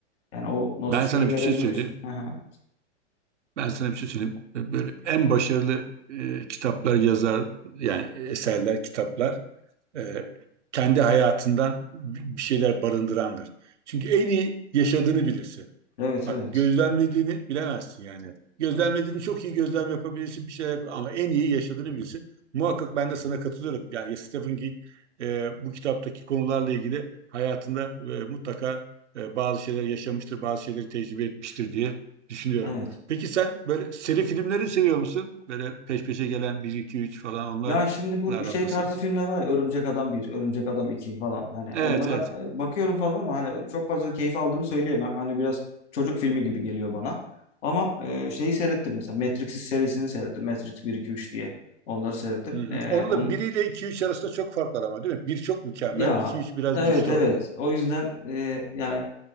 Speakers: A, on the left; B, on the right.
A: Yani o nos
B: Ben
A: şeyi
B: sana bir
A: verebilmiş.
B: şey söyleyeyim.
A: Aha.
B: Ben sana bir şey söyleyeyim. E, Böyle en başarılı e, kitaplar yazar yani eserler, kitaplar e, kendi hayatından bir şeyler barındırandır. Çünkü en iyi yaşadığını bilirsin.
A: Evet
B: Bak
A: evet.
B: gözlemlediğini bilemezsin yani. Gözlemlediğini çok iyi gözlem yapabilirsin bir şey yap- ama en iyi yaşadığını bilirsin. Muhakkak ben de sana katılıyorum. Yani Yes, Stephen King e, bu kitaptaki konularla ilgili hayatında e, mutlaka e, bazı şeyler yaşamıştır, bazı şeyleri tecrübe etmiştir diye düşünüyorum.
A: Evet.
B: Peki sen böyle seri filmleri seviyor musun? Böyle peş peşe gelen bir 2 3 falan onlarla
A: Ya şimdi bu şey
B: nasıl?
A: tarzı filmler var ya Örümcek Adam bir, Örümcek Adam iki falan hani onlara
B: Evet, evet.
A: e, bakıyorum falan ama hani çok fazla keyif aldığımı söyleyemem. Hani biraz çocuk filmi gibi geliyor bana. Ama e, şeyi seyrettim mesela Matrix serisini seyrettim. Matrix bir 2 3 diye. Onları seyrettim.
B: Hı hı.
A: E,
B: Onun
A: on
B: da biriyle iki üç arasında çok fark var ama değil mi? Bir çok mükemmel,
A: ya
B: 2 3 biraz
A: evet
B: düştü
A: evet.
B: orada.
A: O yüzden e, yani